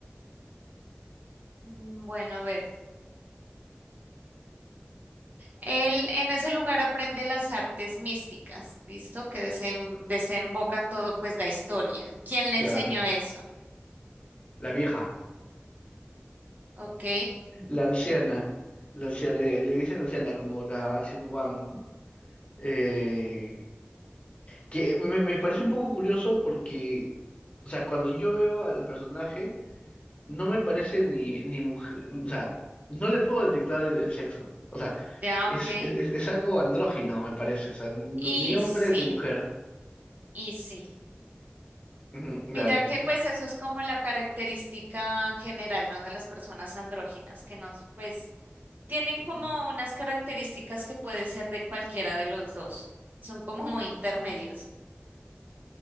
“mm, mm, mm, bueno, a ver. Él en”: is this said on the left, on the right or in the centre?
Right